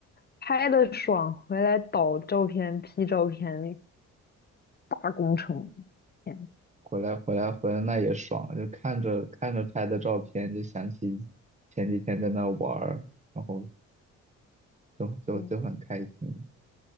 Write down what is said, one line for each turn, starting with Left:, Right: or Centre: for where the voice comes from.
Left: 拍的爽，回来导照片、P 照片，大工程。天
Right: 回来回来回来那也爽，就看着看着拍的照片，就想起前几天在那玩儿，然后就就就很开心。
Left: 嗯，